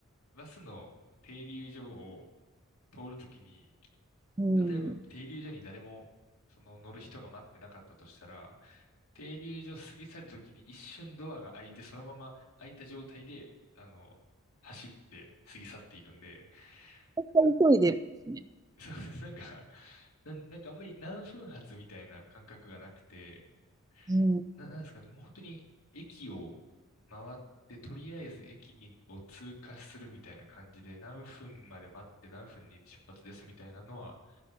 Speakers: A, on the left; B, on the right.
A: バスの停留所を通るときに、
B: うん。
A: 例えば停留所に誰も、
B: 絶
A: その乗る人が待ってなかったとしたら、停留所過ぎ去るときに一瞬ドアが開いて、そのまま開いた状態で、あの、走って過ぎ去っていくんで、
B: 対急いでるんですね。
A: な <laughs> そうです。なんか、なん、なんかあんまり何分発みたいな感覚がなくて、
B: うん。
A: な、なんですかね、もう本当に駅を回って、とりあえず駅にを通過するみたいな感じで、何分まで待って何分に出発ですみたいなのは